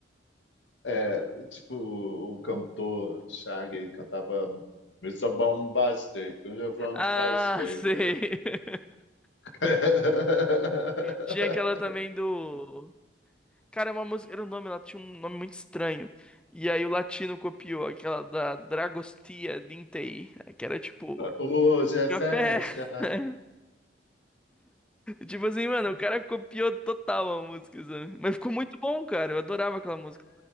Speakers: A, on the left; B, in the centre.
A: É, tipo, um cantor, Shaggy, ele cantava Mr. Bombastic, Mr. Fantastic.
B: Ah, sei. <laughs>
A: <laughs>
B: Tinha aquela também do. Cara, é uma música. Era um nome, ela tinha um nome muito estranho. E aí o latino copiou aquela da Dragostea Dintei, que era tipo.
A: Hoje é festa.
B: Café! <laughs> Tipo assim, mano, o cara copiou total a música, sabe? Mas ficou muito bom, cara. Eu adorava aquela música.